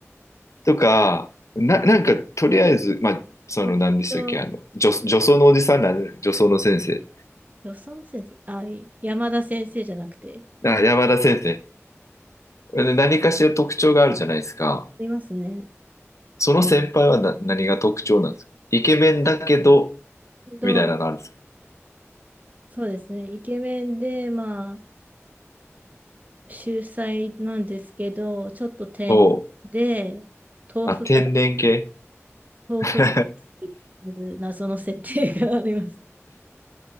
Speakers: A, on the left; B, on the right.
A: とか、な、なんか、とりあえず、まあ、その、
B: 特徴、
A: 何でしたっけあの、女、女装のおじさんなんで、女装の先生。
B: ドソン先生、あ、い山田先生じゃなくて、
A: あ、山田先生。で何かしら特徴があるじゃないですか。
B: いますね。
A: その先輩はな、何が特徴なんですかイケメンだけど、
B: どう、
A: みたいなのあるんですか
B: そうですね。イケメンで、まあ、秀才なんですけど、ちょっと天然
A: おう。
B: で、豆腐が、
A: あ、天然系 <laughs>
B: 豆腐が好きっていう謎の設定があります。